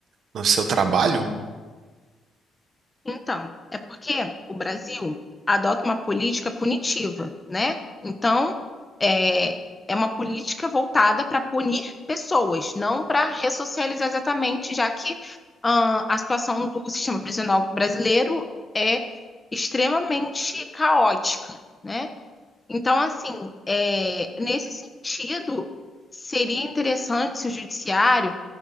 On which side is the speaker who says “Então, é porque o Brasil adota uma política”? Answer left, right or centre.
Left